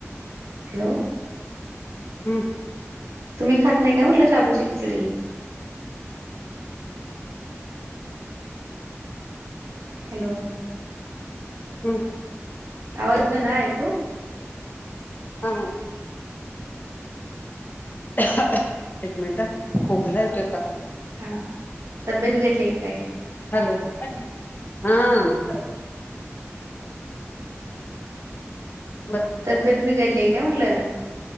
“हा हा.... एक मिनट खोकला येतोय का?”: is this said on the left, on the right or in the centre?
Left